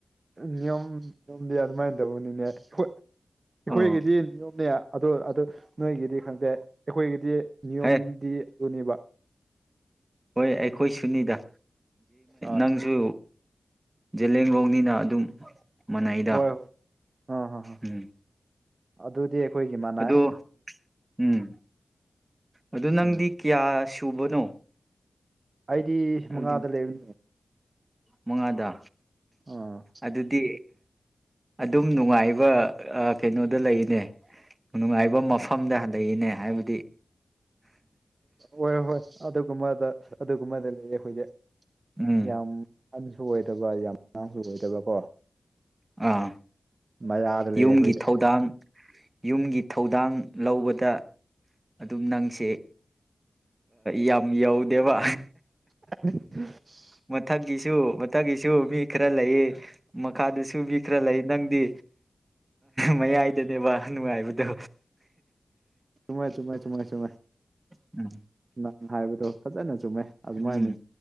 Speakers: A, on the right; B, on the right.
A: ꯅꯤꯌꯣꯝ ꯅꯤꯌꯣꯝꯗꯤ ꯑꯗꯨꯃꯥꯏꯅ ꯇꯧꯕꯅꯤꯅꯦ ꯑꯩꯈꯣꯏꯒꯤꯗꯤ
B: ꯑꯣ
A: ꯅꯤꯌꯣꯝꯅꯦ ꯑꯗ ꯑꯗꯨ ꯅꯣꯏꯒꯤꯗꯤ ꯈꯪꯗꯦ ꯑꯩꯈꯣꯏꯒꯤꯗꯤ ꯅꯤꯌꯣꯝꯗꯤ
B: ꯍꯦ
A: ꯑꯗꯨꯅꯦꯕ
B: ꯍꯣꯏ ꯑꯩꯈꯣꯏ ꯁꯨꯅꯤꯗ
A: ꯑ
B: ꯅꯪꯁꯨ ꯖꯤꯂꯤꯌꯥꯟꯂꯣꯡꯅꯤꯅ ꯑꯗꯨꯝ ꯃꯅꯩꯗ
A: ꯍꯣꯏ ꯍꯣꯏ ꯑꯥ ꯍꯥ ꯍꯥ
B: ꯎꯝ
A: ꯑꯗꯨꯗꯤ ꯑꯩꯈꯣꯏꯒꯤ ꯃꯥꯅꯨ
B: ꯑꯗꯣ ꯎꯝ ꯑꯗꯨ ꯅꯪꯗꯤ
A: ꯎꯝ
B: ꯀꯌꯥ ꯁꯨꯕꯅꯣ
A: ꯑꯩꯗꯤ
B: ꯍꯥꯏꯕꯗꯤ
A: ꯃꯉꯥꯗ ꯂꯩꯕꯅꯦ
B: ꯃꯉꯥꯗ
A: ꯑꯥ
B: ꯑꯗꯨꯗꯤ ꯑꯗꯨꯝ ꯅꯨꯡꯉꯥꯏꯕ ꯀꯩꯅꯣꯗ ꯂꯩꯅꯦ ꯅꯨꯡꯉꯥꯏꯕ ꯃꯐꯝꯗ ꯂꯩꯌꯦꯅꯦ ꯍꯥꯏꯕꯗꯤ
A: ꯍꯣꯏ ꯍꯣꯏ ꯑꯗꯨꯒꯨꯝꯕꯗ ꯑꯗꯨꯒꯨꯝꯕꯗ ꯂꯩꯌꯦ ꯑꯩꯈꯣꯏꯗꯤ
B: ꯎꯝ
A: ꯌꯥꯝ ꯑꯍꯥꯟꯁꯨ ꯑꯣꯏꯗꯕ ꯌꯥꯝ ꯑꯉꯥꯡꯁꯨ ꯑꯣꯏꯗꯕꯀꯣ
B: ꯑꯥ
A: ꯃꯌꯥꯗ ꯂꯩꯌꯦ
B: ꯌꯨꯝꯒꯤ
A: ꯑꯩꯈꯣꯏꯗꯤ
B: ꯊꯧꯗꯥꯡ ꯌꯨꯝꯒꯤ ꯊꯧꯗꯥꯡ ꯂꯧꯕꯗ ꯑꯗꯨꯝ ꯅꯪꯁꯦ ꯌꯥꯝ ꯌꯧꯗꯦꯕ
A: ꯑ <inaudible>
B: ꯃꯊꯛꯀꯤꯁꯨ ꯃꯊꯛꯀꯤꯁꯨ ꯃꯤ ꯈꯔ ꯂꯩꯌꯦ ꯃꯈꯥꯗ ꯁꯨꯕꯤ ꯈ꯭ꯔ ꯂꯩ ꯅꯪꯗꯤ ꯃꯌꯥꯏꯗꯅꯦ ꯋꯥ ꯅꯨꯡꯉꯥꯏꯕꯗꯣ
A: ꯆꯨꯝꯃꯦ ꯆꯨꯝꯃꯦ ꯆꯨꯝꯃꯦ ꯆꯨꯝꯃꯦ
B: ꯎꯝ
A: ꯅꯪ ꯍꯥꯏꯕꯗꯣ ꯐꯖꯅ ꯆꯨꯝꯃꯦ ꯑꯗꯨꯃꯥꯏꯅ
B: ꯎꯝ